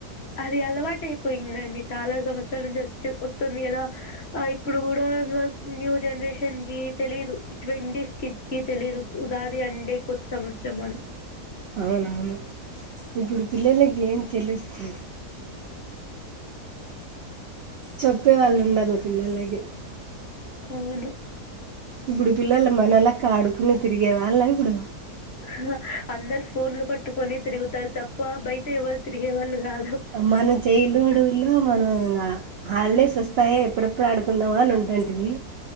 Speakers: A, on the left; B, on the right.
A: అది అలవాటు అయిపోయిందండి చాలా సంవత్సరాల నుంచి వచ్చు వస్తుంది కదా. ఆ ఇప్పుడు కూడా <unintelligible> న్యూ జనరేషన్ కి తెలిదు ట్వంటీస్ కిడ్స్ కీ తెలీదు ఉగాది అంటే కొత్త సంవత్సరం అని
B: అవునవును ఇప్పుడు పిల్లలకి ఏం తెలుసు చెప్పే వాళ్ళు ఉండాలి పిల్లలకి
A: అవును
B: ఇప్పుడు పిల్లలు మన లెక్క ఆడుకుని తిరిగే వాల్లా ఇప్పుడు
A: హ అందరు ఫోన్లు పట్టుకొని తిరుగుతారు తప్ప బయట ఎవరు తిరిగే వాళ్ళు గాద్
B: మనం చైల్డ్హుడ్ లో మనం ఇంగా హాలిడేస్ వస్తాయా ఎప్పుడెప్పుడు ఆడుకుందామా అని ఉంటంటమి